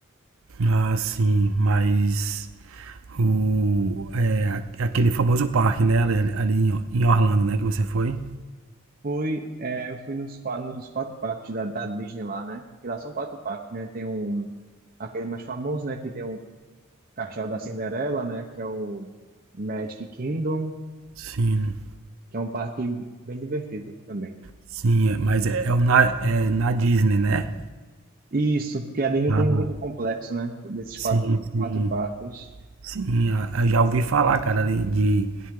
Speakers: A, on the right; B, on the right.
A: Ah, sim, mas o é, a- aquele famoso parque, né? Ali, ali em, em Orlando, né? Que você foi?
B: Fui, é, eu fui nos, qua- nos quatro parques da, da Disney lá, né? Que lá são quatro parques, né? Tem um aquele mais famoso, né, que tem um Castelo da Cinderela, né? Que é o Magic Kingdom,
A: Sim,
B: que é um parque bem divertido também.
A: sim, é, mas é, é o na, é na Disney, né?
B: Isso, porque a Disney
A: Ah,
B: tem um um complexo, né? Desses
A: sim,
B: quatro,
A: sim.
B: quatro parques.
A: Sim, ah, eu já ouvi falar, cara, ali de